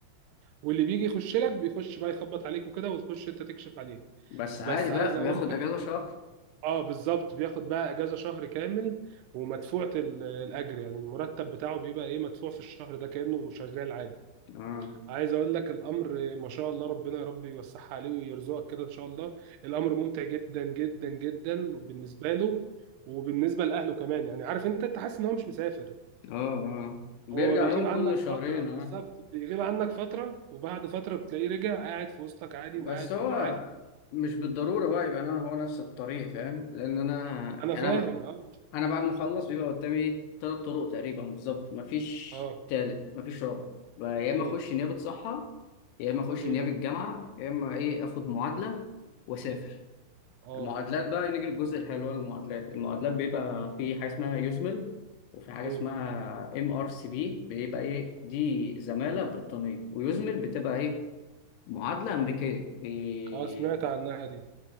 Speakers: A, on the right (about 80°); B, on the left (about 80°).
A: واللي بيجي يخش لك بيخش بقى يخبط عليك وكده وتخش انت تكشف عليه
B: بس
A: بس
B: عادي بقى
A: عايز اقول
B: بياخد
A: لك
B: اجازه شهر
A: اه بالظبط بياخد بقى اجازة شهر كامل ومدفوعة ال- الاجر يعني المرتب بتاعه بيبقى ايه مدفوع في الشهر ده كأنه شغال عادي
B: اه
A: عايز اقول لك الامر ما شاء الله ربنا يا رب يوسعها عليه ويرزقك كده ان شاء الله الامر ممتع جدا جدا جدا بالنسبه له وبالنسبه لاهله كمان يعني عارف انت انت حاسس ان هو مش مسافر
B: اه اه بيرجع
A: هو بيغيب
B: لهم
A: عنك
B: كل شهرين
A: فتره بالظبط
B: اه
A: بيغيب عنك فتره وبعد فتره بتلاقيه رجع قاعد في وسطك عادي
B: بس
A: وقاعد
B: هو
A: معاك
B: مش بالضروره بقى يبقى انا هو نفس الطريق فاهم لان انا
A: انا
B: يعني
A: فاهم
B: انا ب-
A: اه
B: انا بعد ما اخلص بيبقى قدامي ثلاث طرق تقريبا بالظبط مفيش
A: اه
B: تالت مفيش رابع بقى يا اما
A: مم.
B: اخش نيابه صحه يا اما اخش
A: مم.
B: نيابه جامعه يا اما ايه اخد معادله واسافر
A: اه
B: المعادلات بقى نيجي للجزء الحلو المعادلات المعادلات بيبقى في حاجه اسمها يوزمل وفي حاجه
A: مم.
B: اسمها ام ار سي بي بيبقى ايه دي زماله بريطانيه ويوزمل بتبقى ايه معادله امريكيه إيه
A: اه سمعت عنها دي